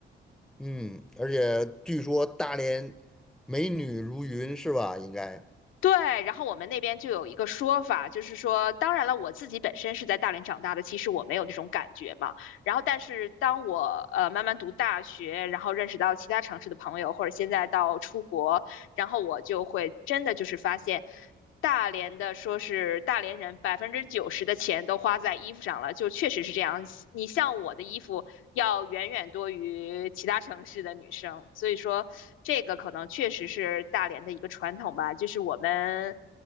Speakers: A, in the centre; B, on the left.
A: 嗯，而且据说大连美女如云，是吧？应该。
B: 对，然后我们那边就有一个说法，就是说，当然了，我自己本身是在大连长大的，其实我没有这种感觉嘛。然后，但是当我呃慢慢读大学，然后认识到其他城市的朋友，或者现在到出国，然后我就会真的就是发现，大连的说是大连人百分之九十的钱都花在衣服上了，就确实是这样。你像我的衣服。要远远多于其他城市的女生，所以说这个可能确实是大连的一个传统吧，就是我们